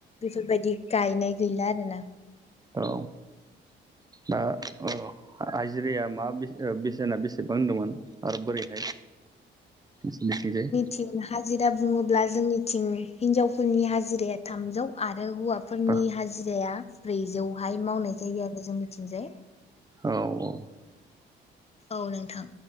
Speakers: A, on the left; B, on the right.
A: बेफोरबायदि गायनाय गैला आरो ना
B: औ दा औ आइजेरिया मा बेसेना बेसेबां होनदोंमोन आरो बोरैहाय नोंसोरनिथिंजाय
A: थिं हाजिरा बुङोब्ला जोंनि थिं हिनजावफोरनि हाजिराया थामजौ आरो हौवा फोरनि
B: औ
A: हाजिराया ब्रैजौहाय मावनाय जायो आरो जोंनिथिंजाय।
B: औ औ
A: औ नोंथां